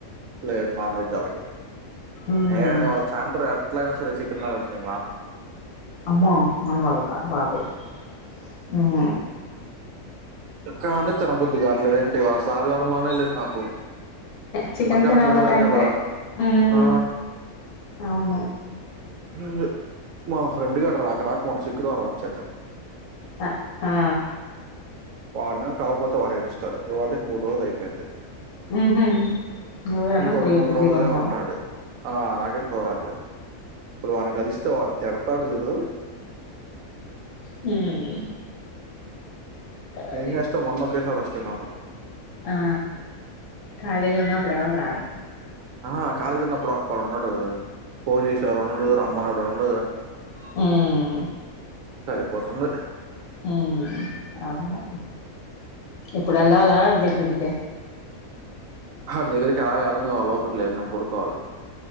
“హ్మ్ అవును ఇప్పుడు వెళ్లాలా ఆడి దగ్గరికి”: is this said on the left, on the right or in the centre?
Left